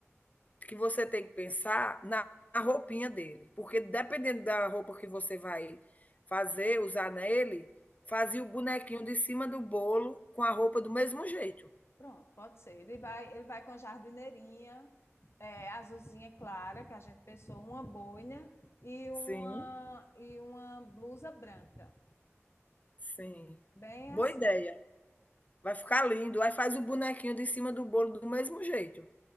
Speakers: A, on the left; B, on the left.
A: que você tem que pensar na roupinha dele, porque dependendo da roupa que você vai fazer, usar nele, fazia o bonequinho de cima do bolo com a roupa do mesmo jeito.
B: Pronto, pode ser. Ele vai, ele vai com a jardineirinha, é, azulzinha clara, que a gente pensou, uma boina e uma,
A: Sim,
B: e uma blusa branca.
A: sim.
B: Bem assim.
A: Boa ideia. Vai ficar lindo. Aí faz o bonequinho de cima do bolo do mesmo jeito.